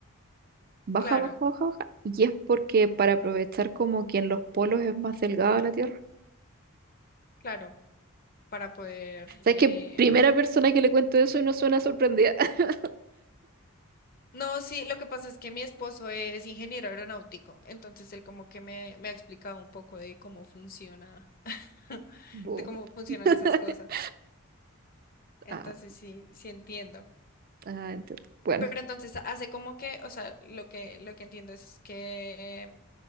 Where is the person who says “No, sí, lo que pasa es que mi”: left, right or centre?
Left